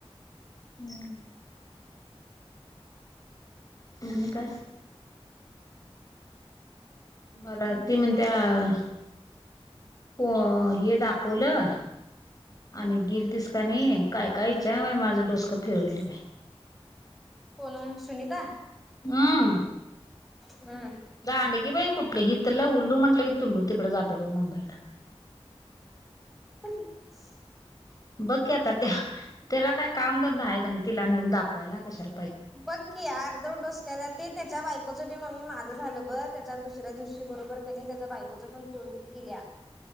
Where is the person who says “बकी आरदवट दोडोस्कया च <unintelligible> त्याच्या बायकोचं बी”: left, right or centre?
Centre